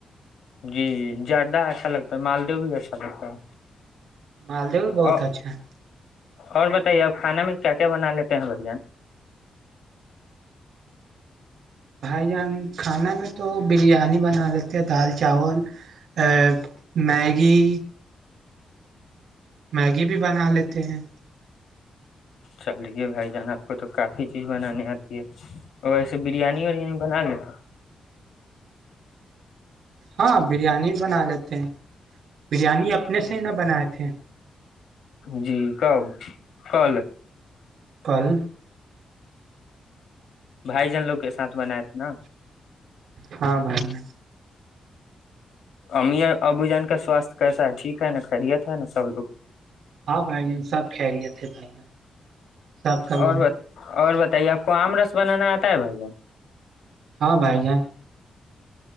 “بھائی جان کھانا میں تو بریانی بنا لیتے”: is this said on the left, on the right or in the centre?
Right